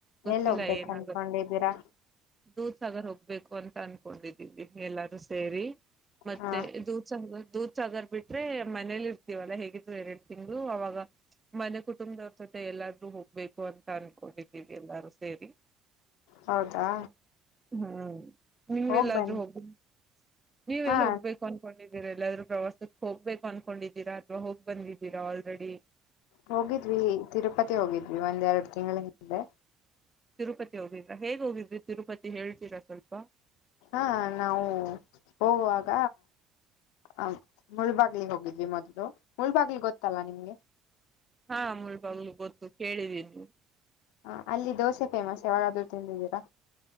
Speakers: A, on the right; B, on the left.
A: ಗೊತ್ತಿಲ್ಲ
B: ಎಲ್ಲಿ ಹೋಗ್ಬೇಕು
A: ಏನಾಗುತ್ತ
B: ಅನ್ಕೊಂಡಿದ್ದೀರಾ
A: ದೂತ್ ಸಾಗರ್ ಹೋಗ್ಬೇಕು ಅಂತ ಅನ್ಕೊಂಡಿದೀವಿ ಎಲ್ಲಾರೂ ಸೇರಿ ಮತ್ತೆ
B: ಹಾ
A: ದೂತ್ ಸಹ ದೂ ಸಗರ್ ಬಿಟ್ಟ ಆದ್ರೆ ಮನೇಲಿ ಇರ್ತೀವಲ್ಲ ಹೇಗಿದ್ರು ಎರಡು ತಿಂಗ್ಗಳು ಅವಾಗ ಮನೆ ಕುಟುಂಬದವ್ರ ಜೊತೆ ಎಲ್ಲಾದ್ರೂ ಹೋಗ್ಬೇಕು ಅಂತ ಅನ್ಕೊಂಡಿದ್ದೀವಿ ಎಲ್ಲಾರು ಸೇರಿ
B: ಹೌದಾ
A: ಹ್ಮ್ ನೀವೆಲ್ಲಾದ್ರೂ
B: ಹೋಗ್ ಬನ್ನಿ
A: ಹೋಗ ನೀವೆ
B: ಹಾ
A: ಎಲ್ಲ ಹೋಗ್ಬೇಕು ಅನ್ಕೊಂಡಿದ ಎಲ್ ಎಲ್ಲಾದ್ರೂ ಪ್ರವಾಸಕ್ ಹೋಗ್ಬೇಕು ಅನ್ಕೊಂಡಿದ್ದೀರಾ ಅಥವಾ ಹೋಗ್ ಬಂದಿದ್ದೀರಾ ಆಲ್ರೆಡಿ
B: ಹೋಗಿದ್ವಿ ತಿರುಪತಿ ಹೋಗಿದ್ವಿ ಒಂದ್ ಎರಡ್ ತಿಂಗಳ ಹಿಂದೆ
A: ತಿರುಪತಿ ಹೋಗಿದ್ರಾ ಹೇಗ್ ಹೋಗಿದ್ರಿ ತಿರುಪತಿ ಹೇಳ್ತೀರಾ ಸ್ವಲ್ಪ
B: ಹಾ ನಾವು ಹೋಗುವಾಗ ಅ ಮುಳಬಾಗ್ಲಿಗ ಹೋಗಿದ್ವಿ ಮೊದಲು ಮುಳಬಾಗ್ಲಿ ಗೊತ್ತಲ್ಲ ನಿಮ್ಗೆ
A: ಹಾ ಮುಳಬಾಗ್ಲು ಗೊತ್ತು ಕೇಳಿದೀನಿ ನೀವು
B: ಹ ಅಲ್ಲಿ ದೋಸೆ ಫೇಮಸ್ ಯಾವಾಗಾದ್ರು ತಿಂದಿದ್ದೀರಾ